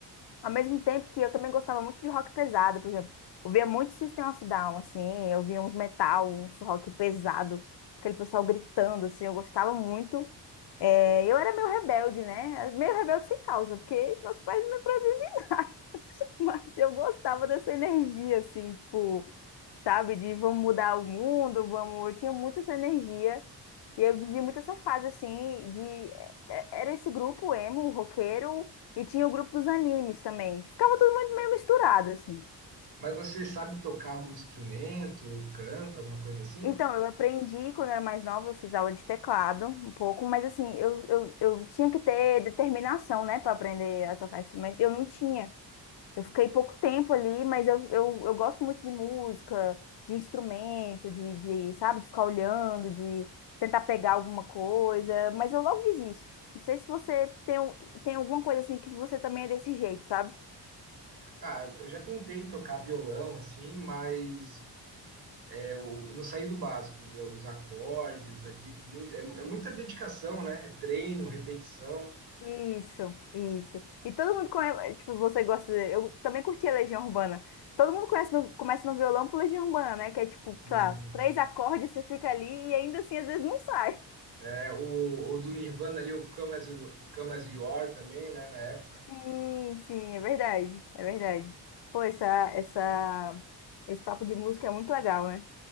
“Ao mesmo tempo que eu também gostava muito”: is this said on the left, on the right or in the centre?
Left